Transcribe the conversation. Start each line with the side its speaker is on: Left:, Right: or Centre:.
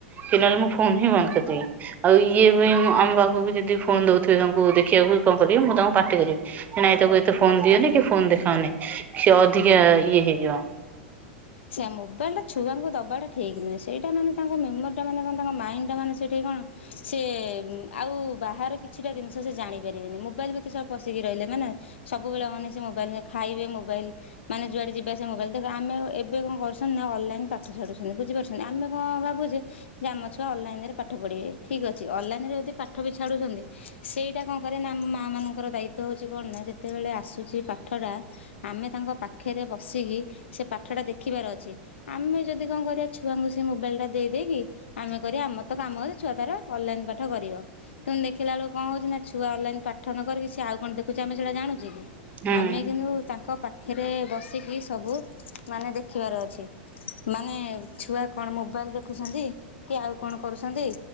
Right: କି ନହେଲେ ମୁଁ ଫୋନ ହିଁ ବନ୍ଦ କରିଦେବି। ଆଉ ଇଏ ବି ଆମ ବାକୁ ବି ଯଦି ଫୋନ ଦଉଥିବେ ତାଙ୍କୁ ଦେଖିବାକୁ କଣ କରିବି ମୁଁ ତାଙ୍କୁ ପା ପାଟି କରିବି ନାଇଁ ତାକୁ ଏତେ ଫୋନ ଦିଅନି କି ଫୋନ ଦେଖାଅନି ସେ ଅଧିକା ଇଏ ହେଇଯିବ।
Left: ସେଇଆ ମୋବାଇଲଟା ଛୁଆଙ୍କୁ ଦବାଟା ଠିକ ନୁହେଁ ସେଇଟା ମାନେ ତାଙ୍କ ମେମୋରିଟା ମାନେ କଣ ତାଙ୍କ ମାଇଣ୍ଡଟା ମାନେ ସେଇଠି କଣ ସେ ଆଉ ବାହାରେ କି କିଛିଟା ଜିନଷ ସେ ଜାଣିପାରିବେନି ମୋବାଇଲ ଭିତରେ ଛୁଆ ପଶିକି ରହିଲେ ମାନେ ସବୁବେଳେ ମାନେ ସେ ମୋବାଇଲ ଖାଇବେ ମୋବାଇଲ ମାନେ ଯୁଆଡେ ଯିବାସେ ମୋବାଇଲ ଦେଖ ଆମେ ଏବେ କଣ କରୁଛନ୍ତି ନା ଅନଲାଇନ୍ ପାଠ ଛାଡୁସନ୍ତି ବୁଝିପାରୁଛନ୍ତି ଆମ କଣ ଭାବୁଛେ ଆମ ଛୁଆ ଅଲଲାଇନ ରେ ପାଠ ପଢିବେ ଠିକ ଅଛି ଅଲଲାଇନ ରେ ଯଦି ପାଠ ବି ଛାଡୁଛନ୍ତି ସେଇଟା କଣ କରିଆ ନା ଆମ ମାଆ ମାନଙ୍କର ଦାୟିତ୍ୱ ହେଉଛି କଣ ନା ଯେତେବେଳେ ଆସୁଛି ପାଠଟା ଆମେ ତାଙ୍କ ପାଖରେ ବସିକି ସେ ପାଠଟା ଦେଖିବାର ଅଛି। ଆମେ ଯଦି କଣ କରିବା ଛୁଆଙ୍କୁ ସେ ମୋବାଇଲ ଟା ଦେଇଦେଇକି ଆମେ କରିବା ଆମର ତ କାମ ଛୁଆ ତାର ଅନଲାଇନ ପାଠ କରିବ। କିନ୍ତୁ ଦେଖିଲା ବେଳକୁ କଣଉଛି ନା ଛୁଆ ଅଲଲାଇନ୍ ପାଠ ନ କରିକିସିଏ ଆଉ କଣ ଦେଖୁଚି ଆମେ ସେଟା ଜାଣୁଚେ କି।
Right: ହୁଁ
Left: ଆମେ କିନ୍ତୁ ତାଙ୍କ ପାଖରେ ବସିକି ସବୁ ମାନେ ଦେଖିବାର ଅଛି। ମାନେ ଛୁଆ କଣ ମୋବାଇଲ ଦେଖୁଛନ୍ତି କି ଆଉ କଣ କରୁଛନ୍ତି